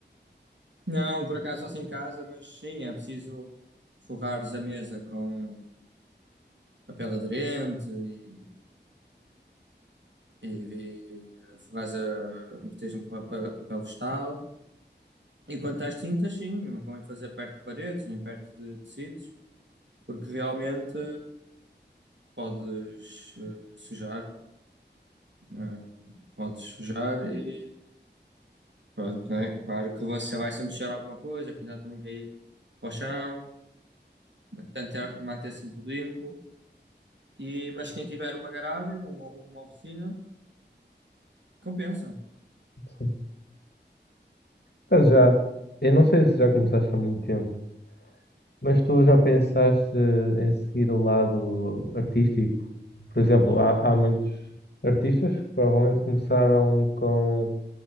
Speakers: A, on the right; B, on the left.
A: Não, por acaso faço em casa, mas sim, é preciso forrares a mesa com papel aderente e, e, e forrares a, meteres um papel, papel vegetal. E quanto às tintas, sim, não convém fazer perto de paredes, nem perto de tecidos. porque realmente podes eh, sujar, né? Podes sujar e pronto, né? Claro que você vai sempre sujar alguma coisa, cuidado para não cair para o chão, tentar manter sempre tudo limpo. E, mas quem tiver uma garagem ou uma, uma oficina, compensa.
B: Sim. Por já, eu não sei se já começaste há muito tempo. Mas tu já pensaste em seguir o lado artístico? Por exemplo, há, há muitos artistas que provavelmente começaram com,